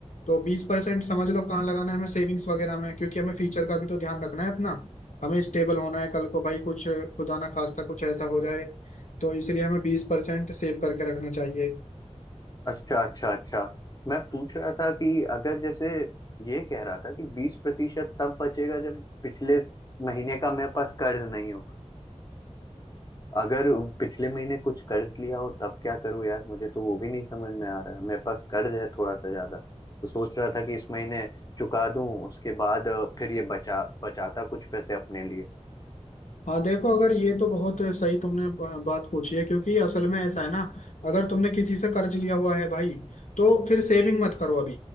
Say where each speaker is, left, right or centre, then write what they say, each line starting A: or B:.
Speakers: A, on the left (about 85°); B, on the left (about 30°).
A: तो बीस परसेंट समझ लो कहाँ लगाना है हमें सेविंग्स वगैरह में क्योंकि हमें फ्यूचर का भी तो ध्यान रखना है अपना हमें स्टेबल होना है कल को भाई कुछ खुदा ना खास्ता कुछ ऐसा हो जाए तो इसलिए हमें बीस परसेंट सेव करके रखना चाहिए
B: अच्छा अच्छा अच्छा मैं पूछ रहा था कि अगर जैसे ये कह रहा था कि बीस प्रतिशत तब बचेगा जब पिछले महीने का मेरे पास कर्ज नहीं हो अगर पिछले महीने कुछ कर्ज लिया हो तब क्या करूं यार मुझे तो वो भी नहीं समझ में आ रहा है मेरे पास कर्ज है थोड़ा सा ज्यादा तो सोच रहा था कि इस महीने चुका दूं उसके बाद अ, फिर ये बचा बचाता कुछ पैसे अपने लिए
A: हाँ देखो अगर ये तो बहुत सही तुमने बा- बात पूछी है क्योंकि असल में ऐसा है ना अगर तुमने किसी से कर्ज लिया हुआ है भाई तो फिर सेविंग मत करो अभी